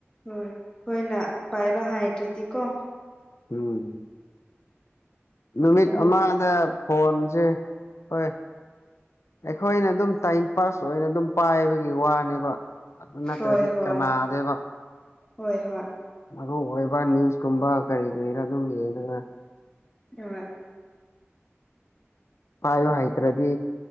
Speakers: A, on the left (about 20°); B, on the left (about 80°).
A: ꯍꯣꯢ ꯑꯩꯈꯣꯏꯅ ꯄꯥꯏꯕ ꯍꯥꯏꯇ꯭ꯔꯗꯤꯀꯣ
B: ꯎꯝ ꯅꯨꯃꯤꯠ
A: ꯑꯗꯨꯝ
B: ꯑꯃꯗ ꯐꯣꯟꯁꯦ ꯍꯣꯏ ꯑꯩꯈꯣꯏꯅ ꯑꯗꯨꯝ ꯇꯥꯏꯝ ꯄꯥꯁ ꯑꯣꯏꯅ ꯑꯗꯨꯝ ꯄꯥꯏꯕꯒꯤ ꯋꯥꯅꯦꯕ ꯑꯗꯨ ꯅꯠꯇ꯭ꯔꯗꯤ
A: ꯍꯣꯏ ꯍꯣꯏ
B: ꯀꯥꯟꯅꯗꯦꯕ
A: ꯍꯣꯏ ꯍꯣꯏ
B: ꯃꯔꯨ ꯑꯣꯏꯕ ꯅꯤꯌꯨꯁꯀꯨꯝꯕ ꯀꯔꯤ ꯀꯔꯤꯔ ꯑꯗꯨꯝ ꯌꯦꯡꯉꯒ
A: ꯍꯣꯢ
B: ꯄꯥꯏꯕ ꯍꯩꯇ꯭ꯔꯗꯤ